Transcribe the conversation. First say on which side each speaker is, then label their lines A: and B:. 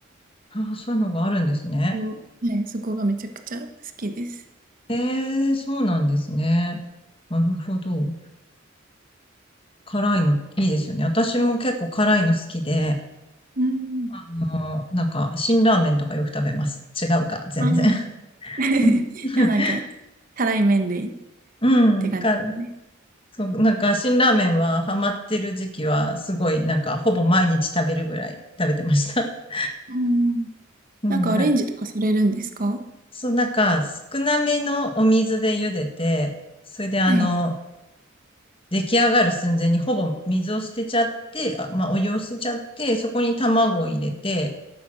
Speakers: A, on the left; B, on the right.
A: あ、そういうのがあるんですね。
B: そのはい、そこがめちゃくちゃ好きです。
A: ええ、そうなんですね。なるほど。辛いのいいですよね。私も結構辛いの好きで、
B: うん。
A: あの、なんか、辛ラーメンとかよく食べます。違うか、全然。
B: ああ、<laughs>
A: うん <laughs>
B: でもなんか、たらい麺類っ
A: うん、
B: て感じですね。
A: から、そう、なんか、辛ラーメンはハマってる時期は、すごい、なんか、ほぼ毎日食べるぐらい食べてました。<laughs>
B: うん。
A: うん、
B: なんかアレンジとかされるんですか
A: なんか、そう、なんか、少なめのお水で茹でて、それであの、
B: はい。
A: 出来上がる寸前にほぼ水を捨てちゃって、あ、まあ、お湯を捨てちゃって、そこに卵を入れて、